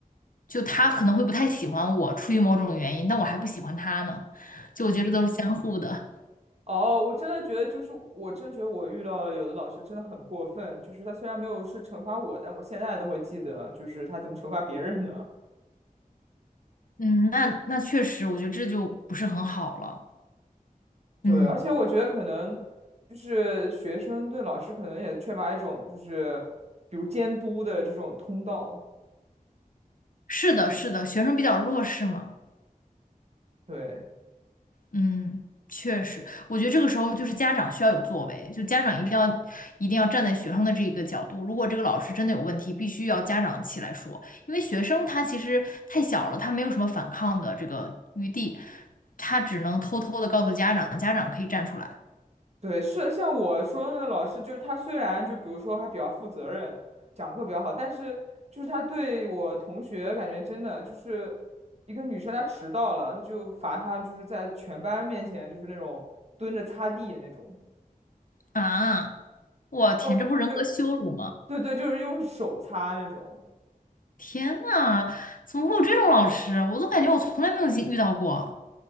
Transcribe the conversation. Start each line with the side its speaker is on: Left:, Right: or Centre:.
Left: 就他可能会不太喜欢我，出于某种原因，但我还不喜欢他呢。就我觉得都是相互的。
Right: 哦，我真的觉得，就是我真的觉得我遇到了有的老师真的很过分，就是他虽然没有是惩罚我，但我现在都会记得，就是他怎么惩罚别人的。
Left: 嗯，那那确实，我觉得这就不是很好了。
Right: 对，
Left: 嗯，
Right: 而且我觉得可能就是学生对老师可能也缺乏一种就是比如监督的这种通道。
Left: 是的，是的，学生比较弱势嘛。
Right: 对，
Left: 嗯，确实，我觉得这个时候就是家长需要有作为，就家长一定要一定要站在学生的这个角度，如果这个老师真的有问题，必须要家长起来说，因为学生他其实太小了，他没有什么反抗的这个余地，他只能偷偷的告诉家长，家长可以站出来
Right: 对，是像我说的那个老师，就是他虽然就比如说还比较负责任，讲课比较好，但是就是他对我同学感觉真的就是一个女生她迟到了，他就罚她就是在全班面前就是那种蹲着擦地那种，
Left: 啊！我天，
Right: 用用
Left: 这不人格羞辱吗？
Right: 对对，就是用手擦那种。
Left: 天呐，怎么会有这种老师？我都感觉我从来没有遇到过。